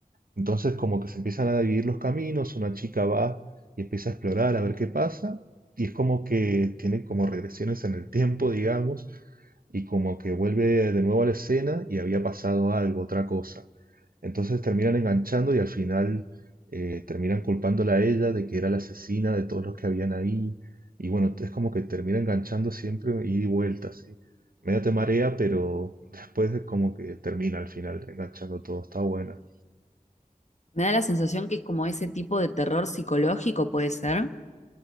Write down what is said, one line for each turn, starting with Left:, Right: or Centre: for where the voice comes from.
Right: entonces como que se empiezan a dividir los caminos, una chica va y empieza a explorar a ver qué pasa, y es como que tiene como regresiones en el tiempo, digamos, y como que vuelve de nuevo a la escena y había pasado algo, otra cosa. Entonces terminan enganchando y al final eh, terminan culpándola a ella de que era la asesina de todos los que habían ahí. Y bueno, es como que termina enganchando siempre ida y vuelta, así. Medio te marea, pero después es como que termina al final enganchando todo, está buena.
Left: Me da la sensación que es como ese tipo de terror psicológico, puede ser.